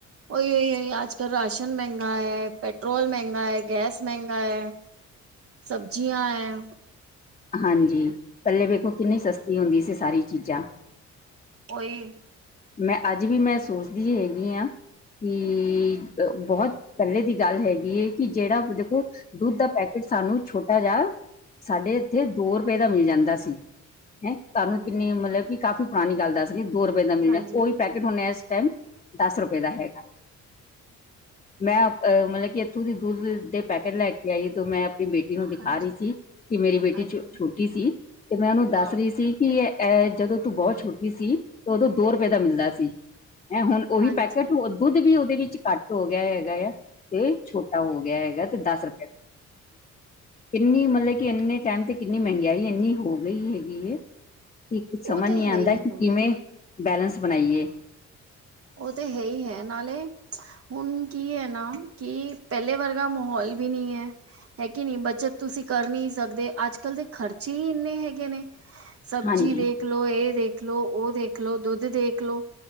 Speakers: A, on the right; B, on the left.
A: ਉਹਹੀ ਆਜ ਕੱਲ ਰਾਸ਼ਨ ਮਹਿੰਗਾ ਹੈ, ਪੈਟਰੋਲ ਮਹਿੰਗਾ ਹੈ, ਗੈਸ ਮਹਿੰਗਾ ਹੈ ਸਬਜ਼ੀਆਂ ਐ
B: ਹਾਂਜੀ ਪੱਹਲੇ ਵੇਖੋ ਕਿੰਨੀ ਸਸਤੀ ਹੁੰਦੀ ਸੀ ਸਾਰੀ ਚੀਜ਼ਾਂ
A: ਉਹੀ
B: ਮੈਂ ਅੱਜ ਵੀ ਮੈਂ ਸੋਚਦੀ ਹੈਗੀ ਹਾਂ ਕਿ, ਬਹੁਤ ਪਹਿਲੇ ਦੀ ਗੱਲ ਹੈਗੀ ਏ ਕਿ ਜਿਹੜਾ ਦੇਖੋ ਦੁੱਧ ਦਾ ਪੈਕੇਟ ਸਾਨੂੰ ਛੋਟਾ ਜਾ, ਸਾਡੇ ਇੱਥੇ ਦੋ ਰੁਪਏ ਦਾ ਮਿਲ ਜਾਂਦਾ ਸੀ। ਹੈਂ, ਤੁਹਾਨੂੰ
A: ਹਾਂਜੀ,
B: ਕਿੰਨੀ ਮਤਲਬ ਕਿ ਕਾਫ਼ੀ ਪੁਰਾਣੀ ਗੱਲ ਦੱਸਰੀ ਆ, ਦੋ ਰੁਪਏ ਦਾ ਮਿਲ
A: ਹਾਂਜੀ,
B: ਜਾ ਉਹੀ ਪੈਕੇਟ ਹੁੰਨੇ ਆ ਇਸ ਟਾਈਮ, ਦਸ ਰੁਪਏ ਦਾ ਹੈਗਾ। ਮੈਂ ਅ, ਮਤਲਬ ਕਿ ਇੱਥੋਂ ਦੀ ਦੁੱਧ ਦੇ ਪੈਕੇਟ ਲੈਕੇ ਆਈ ਤੇ, ਮੈਂ ਆਪਣੀ ਬੇਟੀ ਨੂੰ ਦਿਖਾ
A: ਹਾਂਜੀ।
B: ਰਹੀ ਸੀ, ਕਿ ਮੇਰੀ ਬੇਟੀ
A: ਹਾਂਜੀ,
B: ਛੋਟੀ ਸੀ, ਤੇ ਮੈਂ ਉਹਨੂੰ ਦੱਸਰੀ
A: ਆਹੋ,
B: ਸੀ ਕੀ ਐ, ਜਦੋਂ ਤੂੰ ਬਹੁਤ ਛੋਟੀ ਸੀ, ਉਦੋਂ ਦੋ ਰੁਪਏ ਦਾ ਮਿਲਦਾ ਸੀ। ਐ ਹੁਣ ਉਹੀ
A: ਹਾਂਜੀ।
B: ਪੈਕੇਟ ਦੁੱਧ ਵੀ ਉਹਦੇ ਵਿੱਚ ਘੱਟ ਹੋਗਿਆ ਹੈਗਾ ਯਾ, ਤੇ ਛੋਟਾ ਹੋਗਿਆ ਹੈਗਾ ਤੇ ਦਸ ਰ ਕਿੰਨੀ ਮਤਲਬ ਕਿ ਇੰਨੇ ਟਾਈਮ ਤੇ ਕਿੰਨੀ ਮਹਿੰਗਾਈ ਇੰਨੀ ਹੋ ਗਈ ਹੈਗੀਏ, ਕਿ ਕੁਝ
A: ਉਹ
B: ਸਮਝ
A: ਤੇ
B: ਨਹੀਂ
A: ਹੈ
B: ਆਂਦਾ,
A: ਹੀ
B: ਕਿ ਕਿਵੇਂ
A: ਹੈ।
B: ਬੈਲੇਂਸ ਬਣਾਈਏ।
A: ਉਹ ਤੇ ਹੈਹੀ ਹੈ, ਨਾਲੇ ਹੁਣ ਕੀ ਐ ਨਾ, ਕਿ ਪਹਿਲੇ ਵਰਗਾ ਮਾਹੌਲ ਵੀ ਨ੍ਹੀਂ ਏ। ਹੈ ਕਿ ਨੀ, ਬੱਚਤ ਤੁਸੀਂ ਕਰ ਨੀ ਸਕਦੇ ਅੱਜ-ਕੱਲ ਦੇ ਖਰਚੇ ਈ ਇੰਨੇ ਹੈਗੇ ਨੇ। ਸਬਜ਼ੀ
B: ਹਾਂਜੀ
A: ਦੇਖਲੋ, ਇਹ ਦੇਖਲੋ, ਉਹ ਦੇਖਲੋ, ਦੁੱਧ ਦੇਖਲੋ।